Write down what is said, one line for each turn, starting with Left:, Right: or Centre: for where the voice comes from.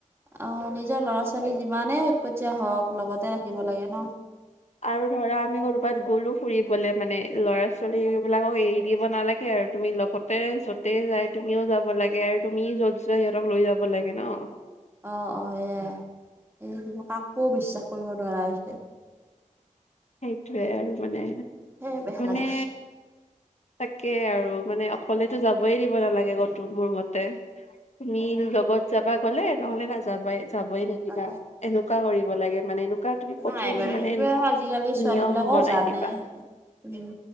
Right: অ' নিজৰ ল'ৰা- ছোৱালী যিমানে উৎপত্তীয়া হওক লগতে ৰাখিব লাগে ন।
Left: আৰু ধৰা আমি ক'ৰোবাত গ'লো ফুৰিবলে মানে ল'ৰা ছোৱালী বিলাকক এৰি দিব নালাগে আৰু তুমি লগতে য'তে যাই তুমিও যাব লাগে আৰু তুমিও যত যোৱা সিহঁতক লৈ যাব লাগে ন
Right: অ অ এয়া কাকো বিশ্বাস কৰিব নোৱাৰা হৈছে।
Left: সেইটোয়ে আৰু মানে
Right: সেই বেয়া
Left: মানে।
Right: লাগে
Left: তাকে আৰু মানে অকলেতো যাবই দিব নালাগে ক'তো মোৰ মতে- তুমি লগত যাবা গলে নহলে নাযাবাই যাবই নে কিবা
Right: তাকে।
Left: এনেকুৱা কৰিব লাগে মানে তুমি কঠোৰ
Right: নাই বাৰু
Left: মানে
Right: সেইটোয়ে আজিকালি ছোৱালী
Left: নিয়ম
Right: বিলাকও
Left: বনাই
Right: জানে
Left: দিবা
Right: উম